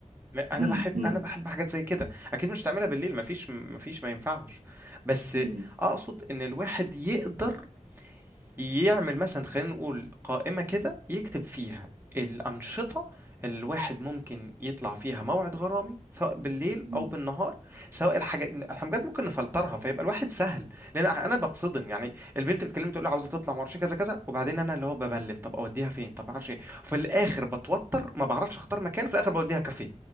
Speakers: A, on the right; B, on the right.
A: م- انا
B: امم
A: بحب
B: امم
A: انا بحب حاجات زي كده اكيد مش هتعملها بالليل مفيش مفيش ما ينفعش بس
B: امم
A: اقصد ان الواحد يقدر يعمل مثلا خلينا نقول قائمة كده يكتب فيها الأنشطة اللي الواحد ممكن يطلع فيها موعد غرامي سواء بالليل
B: امم
A: او بالنهار سواء الحاجات احنا بجد ممكن نفلترها فيبقى الواحد سهل لان انا بتصدم يعني البنت بتكلمني تقول لي عاوزه تطلع ما اعرفش كذا كذا وبعدين انا اللي هو ببلم طب اوديها فين طب ما اعرفش ايه وفي الاخر
B: <laughs>
A: بتوتر ما بعرفش اختار مكان في الاخر بوديها كافيه